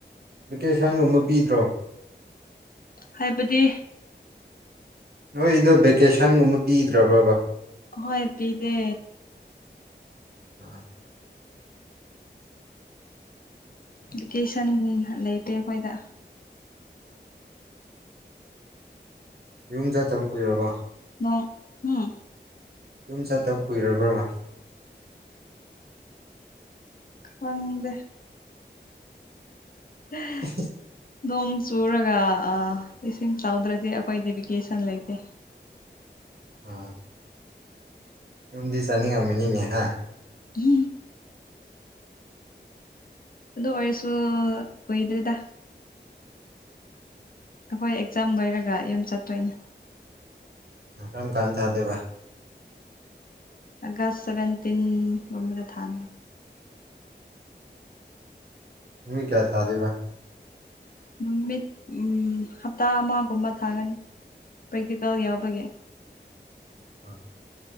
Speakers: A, on the right; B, on the left.
A: ꯚꯦꯀꯦꯁꯟꯒꯨꯝꯕ ꯄꯤꯗ꯭ꯔꯣ
B: ꯍꯥꯏꯕꯗꯤ
A: ꯅꯣꯏ ꯏꯗꯣ ꯕꯦꯀꯦꯁꯟꯒꯨꯝꯕ ꯄꯤꯗ꯭ꯔꯕꯕ
B: ꯍꯣꯏ ꯄꯤꯗꯦ
A: ꯍꯣꯏ
B: ꯚꯦꯀꯦꯁꯟ ꯂꯩꯇꯦ ꯑꯩꯈꯣꯏꯗ
A: ꯌꯨꯝ ꯆꯥꯗꯕ ꯀꯨꯏꯔꯕꯣ
B: ꯅ ꯎꯝ
A: ꯌꯨꯝ ꯆꯠꯇꯕ ꯀꯨꯏꯔꯕ꯭ꯔꯃ
B: ꯈꯪꯗ ꯍꯝ
A: <inaudible>
B: ꯅꯣꯡ ꯆꯨꯔꯒ ꯏꯁꯤꯡ ꯆꯥꯎꯗ꯭ꯔꯗꯤ ꯑꯩꯈꯣꯏ ꯗꯤꯚꯕꯤꯤꯀꯦꯁꯟ ꯂꯩꯇꯦ
A: ꯑ ꯌꯨꯝꯗꯤ ꯆꯥꯅꯤꯡꯉꯝꯅꯤꯅꯦ ꯍꯥꯏ
B: ꯎꯝ ꯑꯗꯨ ꯑꯣꯏꯔꯁꯨ ꯀꯨꯏꯗ꯭ꯔꯔꯤꯗ ꯑꯩꯈꯣꯏ ꯑꯦꯛꯖꯥꯝ ꯂꯣꯏꯔꯒ ꯌꯨꯝ ꯆꯠꯇꯣꯏꯅꯦ
A: ꯀꯔꯝ ꯀꯥꯟ ꯊꯥꯗꯦꯕ
B: ꯑꯒꯁ ꯁꯕꯦꯟꯇꯤꯟꯗ ꯊꯥꯅ
A: ꯅꯨꯃꯤ ꯀꯌꯥ ꯊꯥꯗꯦꯕ
B: ꯅꯨ ꯃꯤꯠ ꯎ ꯍꯞꯇꯥ ꯑꯃꯒꯨꯝꯕ ꯊꯥꯒꯅꯤ ꯄ꯭ꯔꯦꯛꯇꯤꯀꯦꯜ ꯌꯥꯎꯕꯒꯤ
A: ꯑ